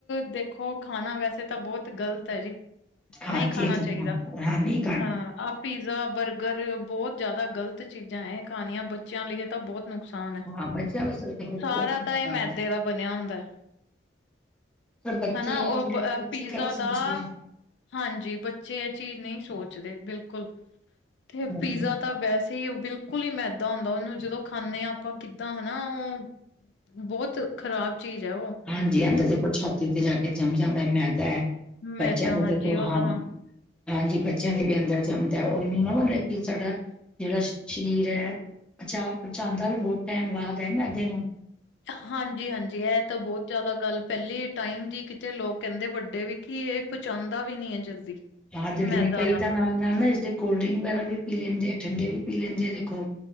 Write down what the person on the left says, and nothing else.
ਦੇਖੋ ਖਾਣਾ ਵੈਸੇ ਤਾਂ ਬਹੁਤ ਗ਼ਲਤ ਐ ਜੀ।
ਨਹੀਂ ਖਾਣਾ
ਚਾਹੀਦਾ
ਹਾਂ ਆਹ ਪੀਜ਼ਾ ਬਰਗਰ ਬਹੁਤ ਜ਼ਿਆਦਾ ਗ਼ਲਤ ਚੀਜ਼ਾਂ ਐ ਖਾਣੀਆਂ ਬੱਚਿਆਂ ਲਈ ਤਾਂ ਬਹੁਤ ਨੁਕਸਾਨ ਐ
ਸਾਰਾ
ਤਾਂ ਏ ਮੈਦੇ
ਦਾ ਬਣਿਆ ਹੁੰਦਾ।
ਹਨਾ ਓ
ਪੀਜ਼ਾ
ਤਾਂ, ਹਾਂਜੀ, ਬੱਚੇ ਐ ਚੀਜ਼ ਨੀ ਸੋਚਦੇ ਬਿਲਕੁੱਲ ਤੇ
ਪੀਜ਼ਾ ਤਾਂ ਵੈਸੇ ਈ ਓ ਬਿਲਕੁੱਲ ਈ ਮੈਦਾ ਹੁੰਦਾ ਉਹਨੂੰ ਜਦੋਂ ਖਾਂਦੇ ਆ ਆਪਾਂ ਕਿੱਦਾਂ ਹਨਾ ਓ, ਬਹੁਤ ਖ਼ਰਾਬ ਚੀਜ਼ ਐ ਓ।
ਮੈਦਾ
ਹਾਂਜੀ
ਉਹ
ਤਾਂ
ਹਾਂਜੀ ਹਾਂਜੀ, ਏ ਤਾਂ ਬਹੁਤ ਜ਼ਿਆਦਾ ਗੱਲ ਪਹਿਲੇ ਟਾਈਮ ਦੀ ਤੇ ਲੋਕ ਕਹਿੰਦੇ ਵੱਡੇ ਵੀ ਕਿ ਇਹ ਪਚਾਂਦਾ ਵੀ ਨੀ ਐ ਜਲਦੀ।
ਮੈਦਾ
ਦਾ